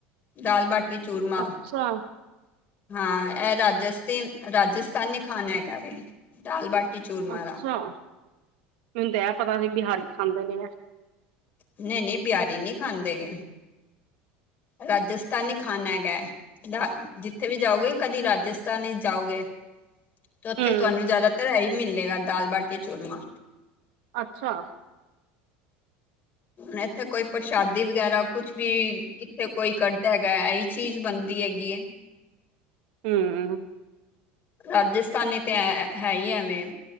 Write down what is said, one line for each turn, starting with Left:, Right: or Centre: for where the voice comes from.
Left: ਦਾਲ ਬਾਟੀ ਚੂਰਮਾ
Right: ਅੱਛਾ
Left: ਹਾਂ ਇਹ ਰਾਜਸਥ ਰਾਜਸਥਾਨੀ ਖਾਣਾ ਹੈਗਾ ਵੇ ਦਾਲ ਬਾਟੀ ਚੂਰਮਾ
Right: ਅੱਛਾ
Left: ਦਾ
Right: ਮੈਨੂੰ ਤਾਂ ਐ ਪਤਾ ਹੀ ਬਿਹਾਰੀ ਖਾਂਦੇ ਨੇ ਐ।
Left: ਨਈ-ਨਈ ਬਿਆਰੀ ਨਈ ਖਾਂਦੇ ਹੈਗੇ। ਰਾਜਸਥਾਨੀ ਖਾਨਾ ਹੈਗਾ। ਜ ਜਿੱਥੇ ਵੀ ਜਾਓਗੇ ਕਦੀ ਰਾਜਸਥਾਨ 'ਚ ਜਾਓਗੇ। ਤੇ ਉੱਥੇ
Right: ਹੂੰ
Left: ਤੁਹਾਨੂੰ ਜਾਦਾਤਰ ਐ ਹੀ ਮਿਲੇਗਾ ਦਾਲ ਬਾਟੀ ਚੂਰਮਾ
Right: ਅੱਛਾ
Left: ਹੁਣ ਇੱਥੇ ਕੋਈ ਪ੍ਰਸ਼ਾਦੀ ਵਗੈਰਾ ਕੁਛ ਵੀ ਕਿੱਥੇ ਕੋਈ ਕ ਹੈਗਾ ਇਹੀ ਚੀਜ਼ ਬਣਦੀ ਹੈਗੀ।
Right: ਹੂੰ
Left: ਰਾਜਸਥਾਨੀ ਤੇ ਐ ਹੈ ਹੀ ਐਵੇਂ